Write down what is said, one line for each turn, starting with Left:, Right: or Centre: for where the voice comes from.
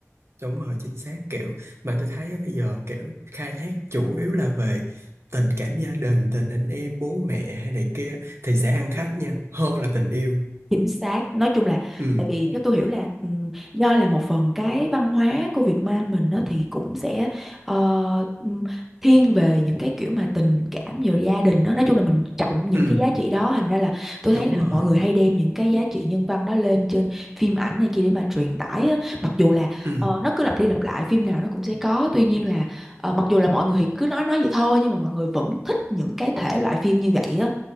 Right: Đúng rồi, chính xác kiểu mà tôi thấy á, bây giờ kiểu khai thác chủ yếu là về tình cảm gia đình, tình anh em, bố mẹ hay này kia thì sẽ ăn khách nha, hơn là tình yêu.
Centre: chính xác nói chung là
Right: Ừ,
Centre: tại vì theo tôi hiểu là ừ, do là một phần cái văn hóa của Việt Nam mình nó thì cũng sẽ ờ, ừm, thiên về những cái kiểu mà tình cảm rồi gia đình đó nói chung là mình trọng những
Right: ừ,
Centre: cái giá trị đó thành ra là tôi thấy
Right: đúng
Centre: là
Right: rồi.
Centre: mọi người hay đem những cái giá trị nhân văn đó lên trên phim ảnh này kia để mà truyền tải á. mặc dù là
Right: Ừ,
Centre: ờ, nó cứ lặp đi lặp lại phim nào nó cũng sẽ có tuy nhiên là ờ, mặc dù là mọi người thì cứ nói nói vậy thôi nhưng mà mọi người vẫn thích những cái thể loại phim như vậy á